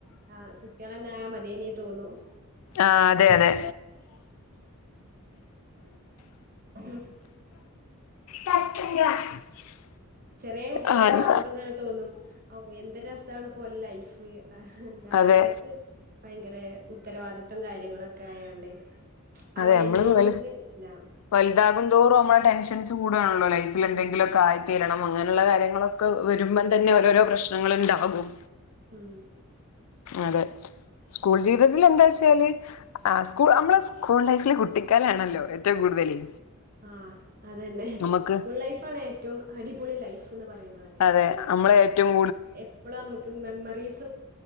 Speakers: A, on the right; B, on the left.
A: ആ കുട്ടികളന്നായ മതേനിയ തോന്നും
B: ആഹ അതെ അതെ
A: മ്
B: <inaudible>
A: ചെറിയ കുട്ടികളൊക്കെ
B: ആഹ്
A: കാണുമ്പോങ്ങനെ തോന്നും ഓ എന്തൊ രസാണ്പ്പൊ ഓലെ ലൈഫ് എന്താ
B: അതെ
A: ഞമ്മക്ക് ഭയങ്കര ഉത്തരവാദിത്തവം കാര്യങ്ങളൊക്കെ ആയാണ്ട് ആ
B: അതെ
A: ഒരു
B: നമ്മള്
A: എൻജോയ്മെന്റിന്
B: വ
A: ഇല്ല
B: വലുതാകുംതോറും നമ്മളെ ടെൻഷൻസ് കൂ ണോ ലൈഫിൽ എന്തെിലൊക്കെ
A: ഉം
B: തീരണം അങ്ങനെയുള്ള കാര്യങ്ങളൊക്കെ വരുമ്പം തന്നെ ഓരോരോ പ്രശ്നങ്ങള ഉണ്ടാകും
A: മ്
B: അതെ സ്കൂൾ ജീവിതത്തിൽ എന്താച്ച ല് സ്കൂ നമ്മള സ്കൂൾ ലൈഫില് കുട്ടിക്കാലാണല്ലോ ഏറ്റവും കൂടുതല്
A: ആ അതന്നെ
B: നമുക്ക്
A: സ്കൂൾ ലൈഫാണ് ഏറ്റവും അടിപൊളി ലൈഫ് <unintelligible>
B: അതെ നമ്മളെ ഏറ്റവും
A: എപ്പളും ഞമ്മക് മെമ്മറിസ്